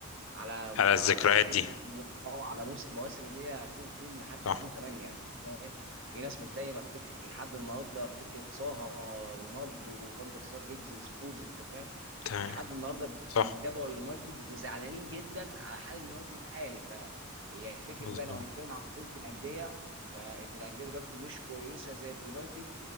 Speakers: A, on the right; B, on the left.
A: على
B: على الذكريات
A: على فكره
B: دي
A: موسم اه على موسم مواسم اللي هي 2002 لحد
B: صح
A: 2008 يعني فاهم في ناس متيمه بفكره لحد النهارده بفكره صاها رونالدو فاندر سار جيجز سكولز انت فاهم
B: تمام
A: لحد النهارده
B: صح
A: بيتابعوا اليونايتد وزعلانين جدا على حال اليونايتد الحالي فهي فكره
B: مظبوط
A: بقى لو هنتكلم عن كره الانديه فان الانديه دلوقتي مش كويسه زي اليونايتد